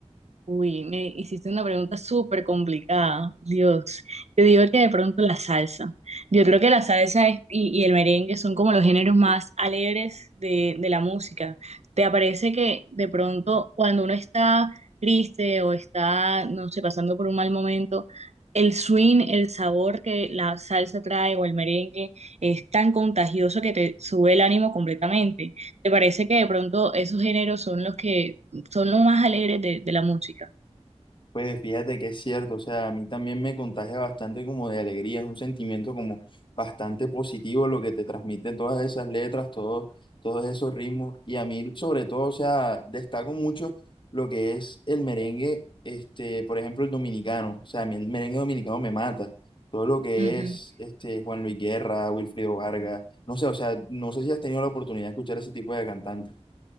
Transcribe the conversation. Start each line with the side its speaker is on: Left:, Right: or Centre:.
Right: Uy, me hiciste una pregunta súper complicada. Dios, yo digo que de pronto la salsa. Yo creo que la salsa es- y, y el merengue son como los géneros más alegres de, de la música. ¿Te parece que de pronto cuando uno está triste o está, no sé, pasando por un mal momento, el swing, el sabor que la salsa trae o el merengue es tan contagioso que te sube el ánimo completamente? ¿Te parece que de pronto esos géneros son los que son los más alegres de, de la música.
Left: Pues fíjate que es cierto, o sea, a mí también me contagia bastante como de alegría, es un sentimiento como bastante positivo lo que te transmiten todas esas letras, todos, todos esos ritmos, y a mí sobre todo, o sea, destaco mucho lo que es el merengue, este, por ejemplo, el dominicano, o sea, a mí el merengue dominicano me mata, todo lo que
Right: Ujú.
Left: es este, Juan Luis Guerra, Wilfrido Vargas, no sé, o sea, no sé si has tenido la oportunidad de escuchar ese tipo de cantantes.